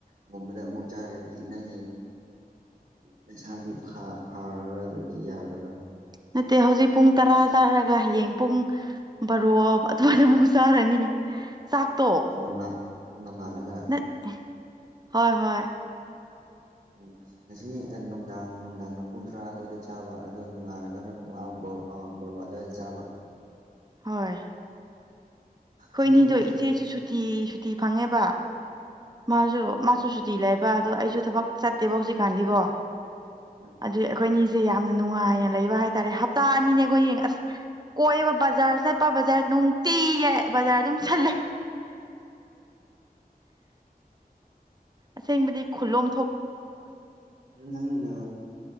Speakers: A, on the right; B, on the right.
A: ꯨꯒꯨꯝꯕꯗ ꯑꯃꯨꯛ ꯆꯥꯔꯗꯤ ꯅꯪ ꯅꯁꯥꯗꯤ ꯐꯥ ꯐꯥꯔꯔꯣꯏ ꯑꯗꯨꯗꯤ ꯌꯥꯔꯔꯣꯏ
B: ꯅꯠꯇꯦ ꯍꯧꯖꯤꯛ ꯄꯨꯡ ꯇꯔꯥ ꯆꯥꯔꯒ ꯍꯌꯦꯡ ꯄꯨꯡ ꯕꯔ‌ꯣ ꯑꯗꯨꯋꯥꯏꯗ ꯑꯃꯨꯛ ꯆꯥꯔꯅꯤ ꯆꯥꯛꯇꯣ
A: ꯅꯣꯡꯉ ꯅꯣꯡꯉꯥꯜꯂꯒ
B: ꯅꯠ ꯍꯣꯏ ꯍꯣꯏ
A: <unintelligible> ꯉꯁꯤ ꯅꯨꯡꯗꯥꯡ ꯅꯨꯡꯗꯥꯡꯅ ꯄꯨꯡ ꯇꯔꯥ ꯑꯗꯨꯋꯥꯏꯗ ꯆꯥꯕ ꯑꯗ‌ꯣ ꯅꯣꯡꯉꯥꯜꯂꯒꯅ ꯄꯨꯡ ꯑꯝ ꯕ ꯕꯔ‌ꯣ ꯑꯗꯨꯋꯥꯏꯗ ꯆꯥꯕ
B: ꯍꯣꯏ ꯑꯩꯈꯣꯏ
A: ꯑꯗꯨꯕꯨꯗꯤ
B: ꯏꯅꯤꯗꯣ ꯏꯆꯦꯁꯨ
A: ꯑ,
B: ꯁꯨꯇꯤ ꯁꯨꯇꯤ ꯐꯪꯉꯦꯕ ꯃꯥꯁꯨ ꯃꯥꯁꯨ ꯨꯁꯨꯇꯤ ꯂꯩꯕ ꯑꯗꯣ ꯑꯩꯁꯨ ꯊꯕꯛ ꯆꯠꯇꯦꯕ ꯍꯧꯖꯤꯛꯀꯥꯟꯗꯤꯕꯣ
A: ꯎꯝ
B: ꯑꯗꯨ ꯑꯩꯈꯣꯏ ꯑꯅꯤꯁꯦ ꯌꯥꯝꯅ ꯅꯨꯡꯉꯥꯏꯅ ꯂꯩꯕ ꯍꯥꯏꯇꯥꯔꯦ ꯍꯞꯇꯥ ꯑꯅꯤꯅꯦ ꯑꯩꯈꯣꯏꯅꯤ ꯑꯁ ꯀꯣꯏꯕ ꯕꯖꯥꯔ ꯆꯠꯄ ꯕꯖꯥꯔ ꯅꯨꯡꯇꯤ ꯌꯥꯏ ꯕꯖꯥꯔ ꯑꯗꯨꯝ ꯆꯠꯂꯦ ꯑꯁꯦꯡꯕꯗꯤ ꯈꯨꯂꯣꯝ
A: ꯅꯪꯅ